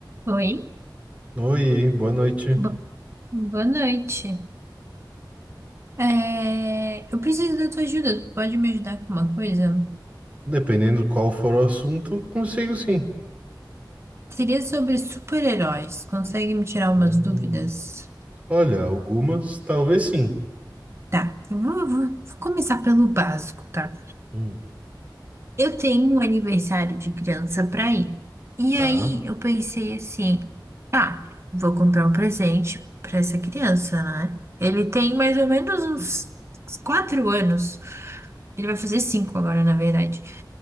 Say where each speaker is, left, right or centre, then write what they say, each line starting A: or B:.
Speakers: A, on the right; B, on the right.
A: Oi,
B: Oi, boa noite.
A: bo- boa noite. É, eu preciso da tua ajuda. Tu pode me ajudar com uma coisa?
B: Dependendo qual for o assunto, consigo sim.
A: Seria sobre super-heróis. Consegue me tirar umas
B: Hum,
A: dúvidas?
B: olha, algumas talvez sim.
A: Tá, eu vou, vou- vou começar pelo básico, tá?
B: Hum,
A: Eu tenho um aniversário de criança pra ir. E
B: tá.
A: aí eu pensei assim: tá, vou comprar um presente pra essa criança, né? Ele tem mais ou menos uns quatro anos. Ele vai fazer cinco agora, na verdade.